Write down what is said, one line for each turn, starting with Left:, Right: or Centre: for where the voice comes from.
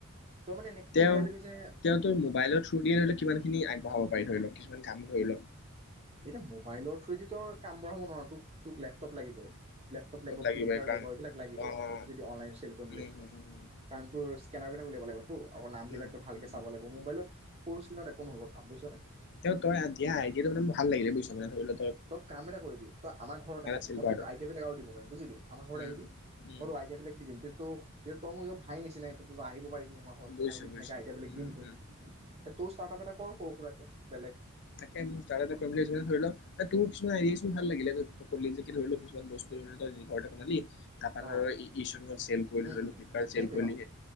Right: তই মানে এনেকে কি
Left: তেওঁ
Right: মিলাই লবি যে
Left: তেওঁ তোৰ মোবাইলৰ থ্ৰু দিয়ে ধৰি ল কিমান খিনি আগবঢ়াব পাৰিব। ধৰি লওক কিছুমান কাম ধৰি লও।
Right: এতিয়া মোবাইলৰ থ্ৰুয়েদি তই কাম বঢ়াব নোৱাৰোঁ তোক তোক লেপটপ লাগিবই। লেপটপ লাগিব
Left: লাগিবই
Right: প্ৰিণ্টাৰ
Left: কাৰণ
Right: লাগিব এইবিলাক লাগিবই
Left: অ উম
Right: যদি অনলাইনত চেল কৰিম বুলি ভাবিছ,
Left: উম উম
Right: কাৰণ তোৰ কেনেৰা বেংকত উলিয়াব লাগিব। তোৰ আকৌ নাম বিলাকযে
Left: উম উম
Right: ভালকে
Left: উম
Right: চাব লাগিব মোবাইলত সৰু চিনত একো নহব। কাম বুজিছনে
Left: তেওঁ তই দিয়া আইডিয়া তো মানে, ভালাগিলে বুইছ নাই ধৰি ল',
Right: তই কাম এটা কৰিবি। তই আমাৰ ঘৰত আহিবি,
Left: চেল
Right: মই
Left: কৰাটো
Right: তোক আইডিয়াবিলাক আৰু দিব পাৰিম বুজিলি, আমাৰ ঘৰত
Left: উম,
Right: আহিবি।
Left: উম,
Right: মই তোক, আইডিয়াবিলাক দি দিম। তক তই মোৰ নিজৰ ভাই নিচিনাইটো আহিব পাৰি। আমাৰ ঘৰত
Left: বুজিছো
Right: আহিবি ধুনীয়াকে
Left: বুজিছো।
Right: আয়দিয়া বিলাক
Left: উম,
Right: দিমটোক।
Left: উম, উম,
Right: তও ষ্টাৰপ এটা কৰ সৰু সুৰাকে। বেলেগ
Left: তাকইটো তাৰ এটা ফেমিলি হৈছে ধৰি ল ', তোৰ কিছুমান আইদিয়াচোন ভাল লাগিলে যে তই, কলি যে ধৰি লও কিছুমান বস্তু ল তই ঘৰত এ ', বনালি। তাৰপা ধৰ
Right: অ
Left: এশু ৰুমত চেল কৰিলি
Right: উম',
Left: ধৰি
Right: উম।
Left: ল ফ্লিপকাৰ্ট চেল
Right: সেইটোৱে
Left: কৰিলি
Right: অ,
Left: সেই-